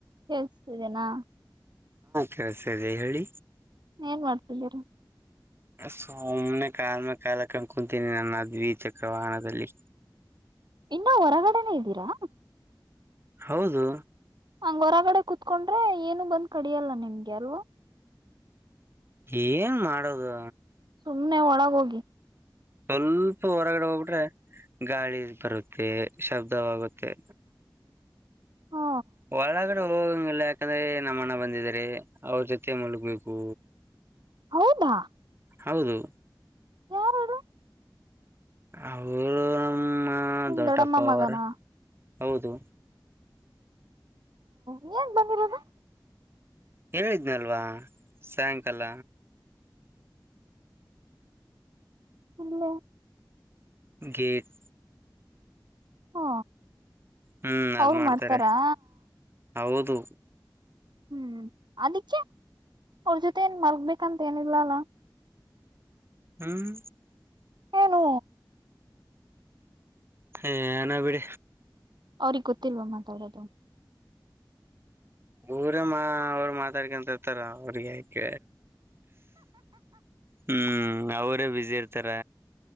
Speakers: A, on the right; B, on the right.
A: ಕೇಳಿಸ್ತಿದೆನಾ
B: ಕೇಳಿಸ್ತಿದೆ ಹೇಳಿ
A: ಏನ್ ಮಾಡ್ತಿದ್ದೀರಾ
B: ಸುಮ್ನೆ ಕಾಲ್ ಮೇಲ್ ಕಾಲ ಕುಂತಿದೀನಿ ನನ್ನ ದ್ವಿಚಕ್ರ ವಾಹನದಲ್ಲಿ
A: ಇನ್ನೂ ಹೊರಗಡೆನೆ ಇದ್ದೀರಾ
B: ಹೌದು
A: ಹಂಗ್ ಹೊರಗಡೆ ಕುೂತ್ಕೊಂಡ್ರೆ ಏನು ಬಂದ್ ಕಡಿಯಲ್ಲ ನಿಮ್ಗೆ ಯಾರೂ
B: ಏನ್ ಮಾಡದು
A: ಸುಮ್ನೆ ಒಳಗೋಗಿ
B: ಸ್ವಲ್ಪ ಹೊರಗಡೆ ಹೋಗ್ಬಿಟ್ರೆ ಗಾಳಿ ಬರುತ್ತೆ ಶಬ್ದವಾಗುತ್ತೆ
A: ಹಾ
B: ಒಳಗಡೆ ಹೋಗಂಗಿಲ್ಲ ಯಾಕಂದ್ರೆ ನಮ್ಮ ಅಣ್ಣ ಬಂದಿದಿದ್ದಾರೆ ಅವ್ರ ಜೊತೆ ಮಲಗ್ಬೇಕು
A: ಹೌದಾ
B: ಹೌದು
A: ಯಾರ ಹೇಳಿ
B: ಅವ್ರು ನಮ್ಮ
A: ನಿಮ್
B: ದೊಡ್ಡಪ್ಪ
A: ದೊಡ್ಡಮ್ಮ ಮಗನಾ
B: ಅವರ ಹೌದು
A: ನೀವೇನ್ ಬಂದಿರೋದು?
B: ಹೇಳಿದ್ನ ಅಲ್ವಾ ಸಾಯಂಕಾಲ.
A: ಹ್ಮ
B: ಗಟ್
A: ಹಾ
B: ಹ್ಮ್ ಅದ್
A: ಅವರು
B: ಮಾಡ್ತಾರೆ
A: ಮಾಡ್ತಾರಾ?
B: ಹೌದು
A: ಹ್ಮ್ ಅದಿಕ್ಕೆ, ಅವ್ರ ಜೊತೆ ಏನ್ ಮಲ್ಗಬೇಕಂತ ಏನಿಲ್ಲ ಅಲ್ಲ.
B: ಹ್ಮ್
A: ಏನು
B: ಹ ನನ ಬಿಡ
A: ಅವ್ರಗ್ ಗೊತ್ತಿಲ್ವಾ ಮಾತಾಡದು.
B: ಊರೇ ಮಾ ಅವ್ರ ಮಾತಾಡ್ಕೊಂತರ್ತಾರ ಅವ್ರಿಗೆ ಯಾಕ ಹ್ಮ್ ಅವರೇ ಬಸಿ ಇರ್ತಾರ.